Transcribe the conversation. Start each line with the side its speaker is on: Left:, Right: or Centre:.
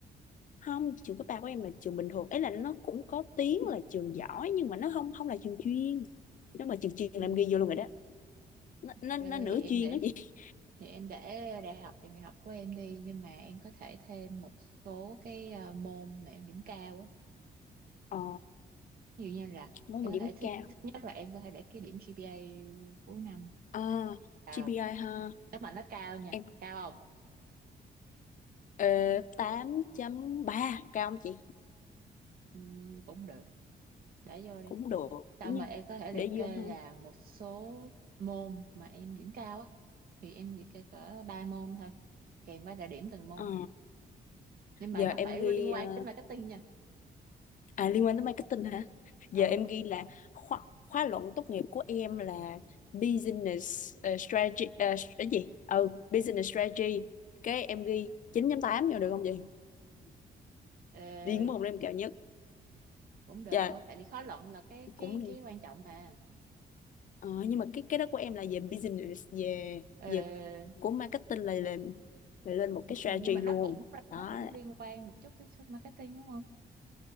Left: không trường cấp ba của em là trường bình thường ấy là nó cũng có tiếng là trường giỏi nhưng mà nó không không là trường chuyên nếu mà trường chuyên là
Right: Ừ,
Left: em ghi vô luôn rồi đó nó
Right: ok
Left: nó, nó nửa
Right: thì em
Left: chuyên
Right: để
Left: đó chị
Right: thì em để đại học trường đại học của em đi nhưng mà em có thể thêm một số cái ờ, môn mà em điểm cao á
Left: ờ
Right: ví dụ như là
Left: muốn
Right: em
Left: một điểm
Right: có thể thứ,
Left: cao
Right: thứ nhất là em có thể để cái điểm GPA cuối năm
Left: à
Right: cao
Left: GPI ha
Right: nếu mà nó cao nha
Left: em
Right: cao không
Left: ờ, tám chấm ba cao không chị
Right: ừ, cũng được để vô đi
Left: cũng được
Right: xong
Left: đúng không?
Right: mà em có thể liệt
Left: để
Right: kê
Left: vô hơn
Right: là một số môn mà em điểm cao á thì em liệt kê cỡ ba môn thôi kèm với là điểm từng môn
Left: Ờ,
Right: nhưng mà
Left: giờ
Right: nó
Left: em
Right: phải
Left: ghi
Right: liên quan
Left: ờ,
Right: đến marketing nha
Left: à liên quan tới marketing hả giờ
Right: ừ
Left: em ghi là khóa khóa luận tốt nghiệp của em là business ờ, strategy ờ, cái gì ừ business strategy cái em ghi 9 tám vô được không vậy
Right: Ừ.
Left: riêng môn đó em cao nhất
Right: cũng được
Left: dạ
Right: tại vì khó luận là cái cái
Left: cũng
Right: cái quan trọng mà
Left: ờ, nhưng mà cái cái đó của em là về business về
Right: ờ,
Left: về của marketing là lên là lên một cái strategy
Right: nhưng mà nó
Left: luôn
Right: cũng
Left: đó
Right: nó cũng liên quan một chút đến marketing đúng không